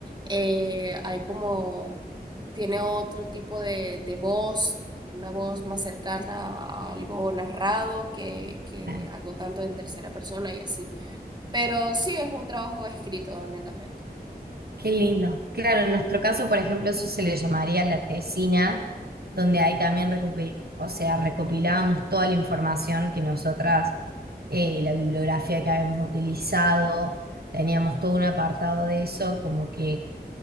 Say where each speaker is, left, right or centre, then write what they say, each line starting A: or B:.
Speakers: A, on the right (about 25°); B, on the right (about 70°).
A: eh, hay como, tiene otro tipo de, de voz, una voz más cercana a algo narrado que, que
B: claro.
A: algo tanto en tercera persona y así. Pero sí es un trabajo escrito, netamente.
B: Qué lindo. Claro, en nuestro caso, por ejemplo, eso se le llamaría la tesina, donde ahí
A: Ajá.
B: también recopi- o sea, recopilábamos toda la información que nosotras, eh, la bibliografía que habíamos utilizado, teníamos todo un apartado de eso, como que